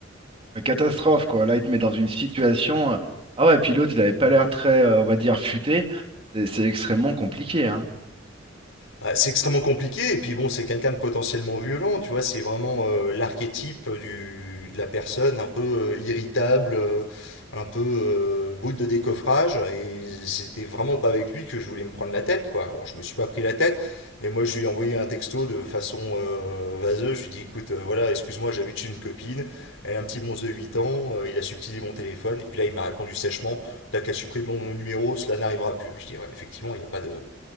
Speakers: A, on the right; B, on the left.
A: Ouais, Catastrophe, quoi, là, il te met dans une situation, euh, ah ouais, puis l'autre, il avait pas l'air très, euh, on va dire, futé, c'est c'est extrêmement compliqué, hein.
B: Bah, c'est extrêmement compliqué, et puis bon, c'est quelqu'un de potentiellement violent, tu vois, c'est vraiment euh, l'archétype du, de la personne un peu euh, irritable, euh, un peu euh, bout de décoffrage, et c'était vraiment pas avec lui que je voulais me prendre la tête, quoi. Bon, je me suis pas pris la tête, mais moi je lui ai envoyé un texto de façon euh, vaseuse, je lui ai dit, écoute, euh, voilà, excuse-moi, j'habite chez une copine, elle a un petit monstre de 8 ans, euh, il a subtilé mon téléphone, et puis là il m'a répondu sèchement, t'as qu'à supprimer mon numéro, cela n'arrivera plus. Je dis, ouais, effectivement, il n'y a pas de